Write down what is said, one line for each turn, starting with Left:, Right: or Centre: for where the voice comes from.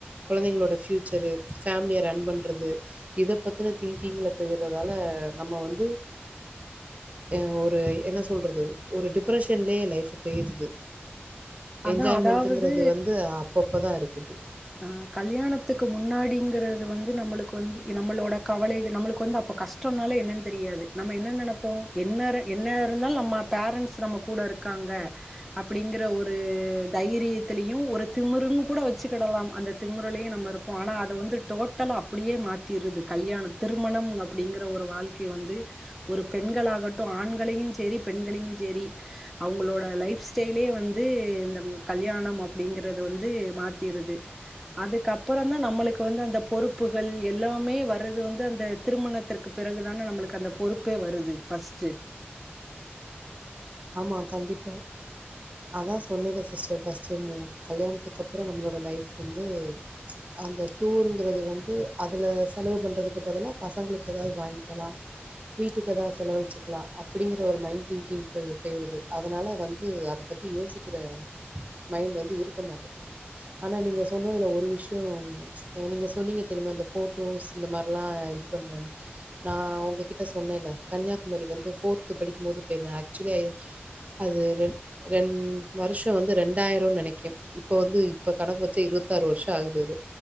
Right: குழந்தைங்ளோட ஃப்யூச்சரு ஃபேமிலிய ரன் பண்றது இத பத்துன திங்கிங்ல பொய்றதால நம்ம வந்து எ ஒரு என்ன சொல்றது ஒரு டிப்ரெஷன்லே லைஃப் பெய்ருது
Centre: அதான்
Right: என்ஜாய்மெண்ட்டுங்குறது
Centre: அதாவது
Right: வந்து அப் அப்பப்ப தா இருக்குது
Centre: ஆ கல்யாணத்துக்கு முன்னாடிங்றது வந்து நம்மளுக்கு வந்து நம்மளோட கவலை நம்மளுக்கு வந்து அப்ப கஷ்டோன்னாலே என்னன் தெரியாது நம்ம என்ன நெனப்போ என்னர என்ன இருந்தாலு நம்ம பேரண்ட்ஸ் நம்ம கூட இருக்காங்க அப்டிங்குற ஒரு தைரியத்திலயு ஒரு திமுருன்னு கூட வச்சு கிடலாம் அந்த திமுருலயு நம்ம இருப்போ ஆனா அது வந்து டோட்டலா அப்டியே மாத்திருது கல்யாண திருமணம் அப்டிங்குற ஒரு வாழ்க்கை வந்து ஒரு பெண்களாகட்டு ஆண்களையு சேரி பெண்களையு சேரி அவங்களோட லைப் ஸ்டைலே வந்து இந்த கல்யாணம் அப்டிங்கறது வந்து மாத் திருது அதுக்கப்பறந்தா நம்மளுக்கு வந்து அந்த பொறுப்புகள் எல்லாமே வரது வந்து அந்த திருமணத்திற்கு பிறகுதான நம்மளுக்கு அந்த பொறுப்பே வருது ஃபஸ்ட்டு
Right: ஆமாம் கண்டிப்பா அதா சொன்னனே சிஸ்டர் ஃபர்ஸ்ட் டைம்மு கல்யாணத்துக் கப்றோ நம்ளோட லைஃப் வந்து ச்ச அந்த டூருங்கிறது வந்து அதுல செலவு பண்றதுக்கு பதிலா பசங்களுக்கு எதாவது வாயிங்க்கெலா வீட்டுக்கு எதா செலவழிச்சுக்லா அப்டிங்கிற ஒரு மைண்ட் தின்கிங் ப பெய்றது அதனால வந்து அத பத்தி யோசிக்கிற மைண்ட் வந்து இருக்க மாட்டேக்கிது ஆனா நீங்க சொன்னதுல ஒரு விஷ்யோ ச்ச நீங்க சொன்னீங்க தெரிமா அந்த ஃபோட்டோஸ் இந்த மார்லா இது பண்ணுன‌னு நா உங்க கிட்ட சொன்னேல கன்யாகுமரி வந்து ஃபோர்த் படிக்கும் போது போயிர்ந்த அக்சுவலி ஐ அது ரெண் ரெண் வருஷோ வந்து ரெண்டாயிரோன்னு நெனைக்கிர் இப்ப வந்து இப்ப கணக் வச்சா இருவத்தாறு வருஷோ ஆகுது அது